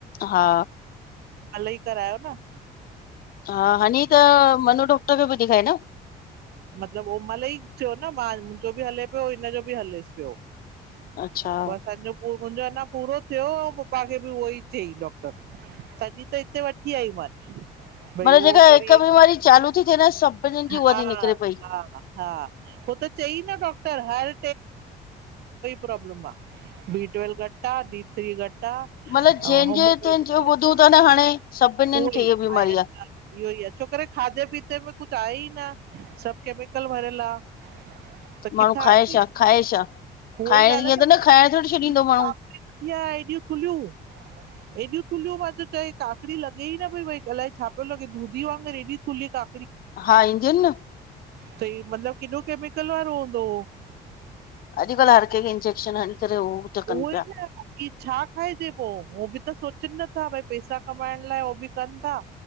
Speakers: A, on the left (about 60°); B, on the right (about 75°).
A: हा
B: हाली करायो न।
A: हा हानी त मनु डॉक्टर खे बि ॾेखाए न
B: मतिलब मां मुंहिंजो बि हले पियो हिनजो बि हलेसि पियो।
A: अच्छा।
B: पो असांजो मुंहिंजो अञा पूरो थियो ऐं पपा खे बि उहो ई चईं डॉक्टर। तॾहिं त हिते वठी आई मन भई
A: मतलब जेका
B: उह अगरि।
A: हिकु बीमारी चालू थी थिए न सभिनीनि
B: हा-हा-हा
A: जी उहा थी निकिरे पई
B: हो त चई न डॉक्टर हर। प्रोब्लम आहे बी ट्वेल्वे घट आहे डी थ्री घट आहे।
A: मतलब
B: <unintelligible>
A: जंहिंजे तंहिंजो ॿुधूं
B: अछा
A: था न हाणे सभिनीनि
B: उह
A: खे
B: ई
A: इहा बीमारी
B: आहे इहो ई आहे छोक खाधे पीते में कुछ त सभ केमिकल भरियलु आहे। त किथां
A: माण्हू खाए
B: अची?
A: छा खाए छा
B: उहा
A: खाइण
B: ई ॻाल्हि
A: ईअं
B: आहे न
A: त खाइण थोरी छॾींदो
B: वठी
A: माण्हू
B: आहे हेॾियूं थुलियूं एॾूं थुलियूं मां चयो चई काकड़ी लॻे ई न भई अलाए छा पियो लॻे दूधी वगर हेॾी थु्हली का।
A: हा इंजन न।
B: त मतलब केमिकल वारो हूंदो?
A: अॼुकल्ह हर कंहिंखे इंजेक्शन हणी करे कनि
B: उहो ई
A: पिया।
B: न छा खाइजे पोइ उहो बि त सोच। च नथा भई पैसा कमाइण लाइ उह बि कनि था